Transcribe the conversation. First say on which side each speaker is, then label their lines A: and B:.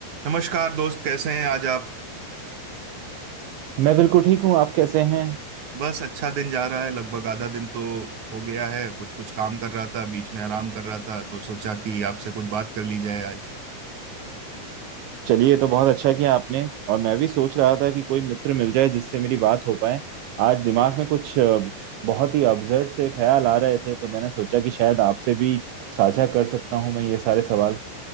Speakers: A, on the right; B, on the right.
A: नमस्कार दोस्त कैसे हैं आज आप
B: मैं बिल्कुल ठीक हूँ आप कैसे हैं
A: बस अच्छा दिन जा रहा है लगभग आधा दिन तो हो गया है कुछ कुछ काम कर रहा था बीच में आराम कर रहा था तो सोचा कि आपसे कुछ बात कर ली जाए आज
B: चलिए ये तो बहुत अच्छा किया आपने और मैं भी सोच रहा था कि कोई मित्र मिल जाए जिससे मेरी बात हो पाए आज दिमाग में कुछ अ, बहुत ही अब्जर्ड से ख्याल आ रहे थे तो मैंने सोचा कि शायद आपसे भी साझा कर सकता हूँ मैं ये सारे सवाल